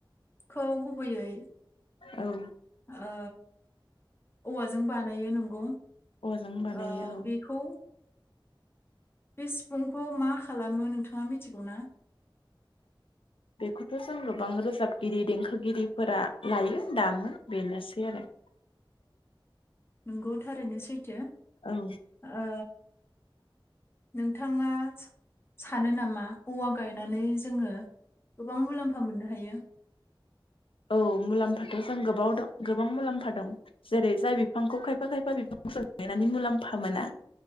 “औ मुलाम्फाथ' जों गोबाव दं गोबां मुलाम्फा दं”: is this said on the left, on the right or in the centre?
Left